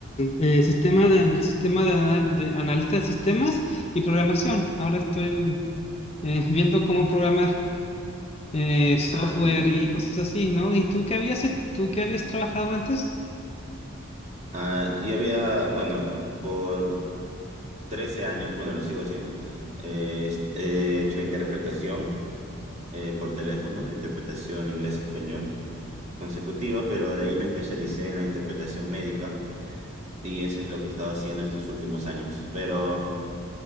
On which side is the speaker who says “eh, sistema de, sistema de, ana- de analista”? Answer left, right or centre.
Left